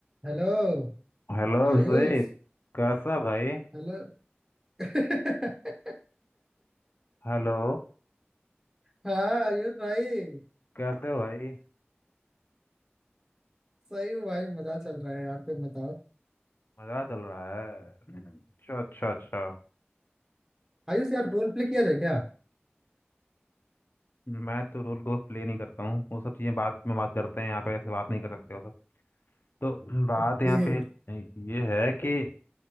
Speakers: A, on the right (about 15°); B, on the left (about 55°).
A: Hello
B: हेलो अभिषेक
A: Ayush
B: कैसा भाई
A: Hello <laughs>
B: हेलो
A: हाँ आयुष भाई
B: कैसे हो भाई
A: सही हूँ भाई मजा चल रहा है यार तुम बताओ
B: मजा चल रहा है अच्छा अच्छा अच्छा
A: आयुष यार रोल प्ले किया जाए क्या
B: मैं तो रोल को प्ले नहीं करता हूँ वो सब चीज़ें बात में बात करते हैं यहाँ पे ऐसे बात नहीं करते हो सब तो बात
A: <laughs>
B: यहाँ
A: ये
B: पे ये है कि